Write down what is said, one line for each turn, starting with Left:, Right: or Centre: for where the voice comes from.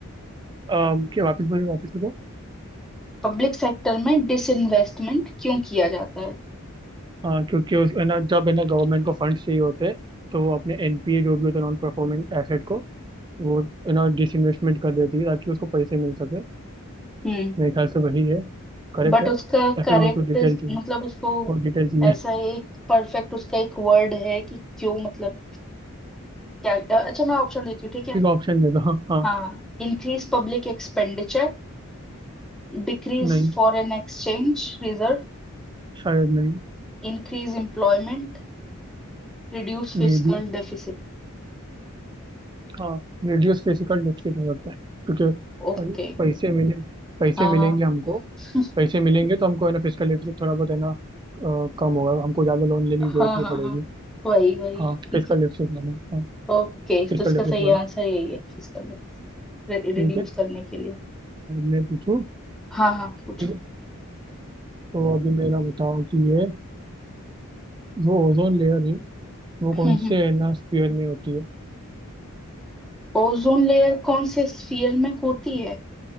Right: अम, क्या वापस बोलो वापस बोलो
Centre: पब्लिक सेक्टर में डिसइन्वेस्टमेंट क्यों किया जाता है
Right: हाँ क्योंकि उस है ना जब है ना गवर्नमेंट को फंड चाहिए होते हैं तो वो अपने एनपीए जो भी होता है नॉन परफॉर्मिंग एसेट को वो है ना डिसइन्वेस्टमेंट कर देती है ताकि उसको पैसे मिल सके
Centre: हम्म
Right: मेरे ख्याल से वही है करेक्ट
Centre: बट
Right: है
Centre: उसका
Right: या
Centre: करेक्ट
Right: फिर और कुछ डिटेल चाहिए
Centre: मतलब उसको
Right: और डिटेल चाहिए
Centre: ऐसा एक परफेक्ट उसका एक वर्ड है कि क्यों मतलब क्या अच्छा मैं ऑप्शन देती हूँ ठीक है
Right: ठीक ऑप्शन दे दो हाँ हाँ
Centre: हाँ Increase public expenditure decrease
Right: नहीं
Centre: foreign exchange reserve
Right: शायद नहीं
Centre: increase employment reduce
Right: मे
Centre: fiscal
Right: बी
Centre: deficit
Right: हाँ रेडियोस फिजिकल डेफिसिट हो सकता है क्योंकि
Centre: Okay
Right: पै- पैसे मिले पैसे
Centre: हाँ
Right: मिलेंगे
Centre: हाँ
Right: हमको
Centre: <laughs>
Right: पैसे मिलेंगे तो हमको है ना फिजिकल डेफिसिट थोड़ा बहुत है ना अ, कम होगा हमको ज़्यादा लोन लेने की जरूरत
Centre: हाँ
Right: नहीं
Centre: हाँ
Right: पड़ेगी
Centre: हाँ वही वही
Right: हाँ
Centre: ठीक
Right: फिजिकल
Centre: है
Right: डेफिसिट वाला हाँ
Centre: ओके
Right: फिजिकल
Centre: तो इसका
Right: डेफिसिट
Centre: सही
Right: वाला
Centre: आंसर यही है फिस्कल डेफिसिट
Right: ठीक
Centre: रिड्यूस
Right: है अ,
Centre: करने के लिए
Right: मैं पूछूँ
Centre: हाँ हाँ पूछो
Right: ठीक है तो अभी मेरा बताओ कि ये जो ओजोन लेयर है वो कौन
Centre: हम्म हम्म
Right: से है ना स्पीयर में होती है
Centre: ओजोन लेयर कौन से स्फीयर में होती है